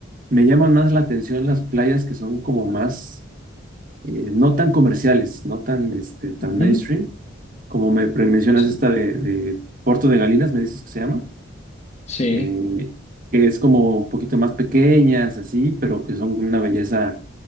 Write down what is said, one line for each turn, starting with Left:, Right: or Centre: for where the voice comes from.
Right: me llaman más la atención las playas que son como más, eh, no tan comerciales, no tan, este, tan
Left: Ujú.
Right: mainstream. Como me pre- mencionas
Left: Sí.
Right: esta de, de Puerto de Galinas, me dices que se llama,
Left: Sí,
Right: eh, que es como un poquito más pequeñas, así, pero que son una belleza